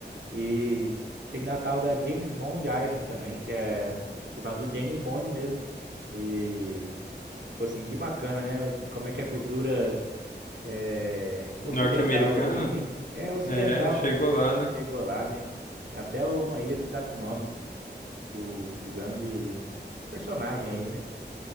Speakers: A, on the right; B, on the left.
A: E tem Natal da James Bond Island também, que é por causa do James Bond mesmo. E, tipo assim, que bacana, né? Como é que a cultura é,
B: norte-americana,
A: ocidental aqui. É ocidental,
B: né? Chegou
A: não
B: lá, né?
A: chegou lá, né? Até uma ilha tá com o nome do, do grande personagem aí, né?